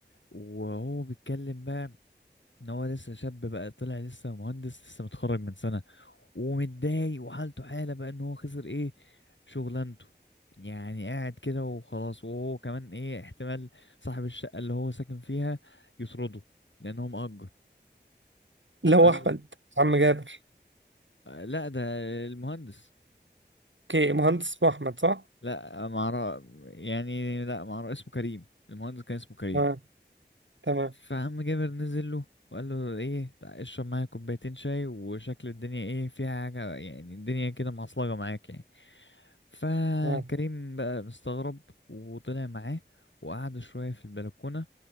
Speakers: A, on the left; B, on the right.
A: وهو بيتكلم بقى ان هو لسه شاب بقى طلع لسه مهندس لسه متخرج من سنة ومتضايق وحالته حالة بقى ان هو خسر ايه شغلانته يعني قاعد كده وخلاص وهو كمان ايه احتمال صاحب الشقة اللي هو ساكن فيها يطرده لان هو مأجر
B: اللي هو
A: قال
B: احمد
A: له
B: عم جابر
A: لا ده المهندس
B: اوكي مهندس اسمه احمد صح
A: لا ما اعرف يعني لا ما اعرف اسمه كريم المهندس كان اسمه كريم
B: تمام تمام
A: فعم جابر نزل له وقال له ايه تعال اشرب معايا كوبايتين شاي وشكل الدنيا ايه فيها حاجة يعني الدنيا كده معصلجة معاك يعني فكريم
B: تمام
A: بقى مستغرب وطلع معاه وقعدوا شوية في البلكونة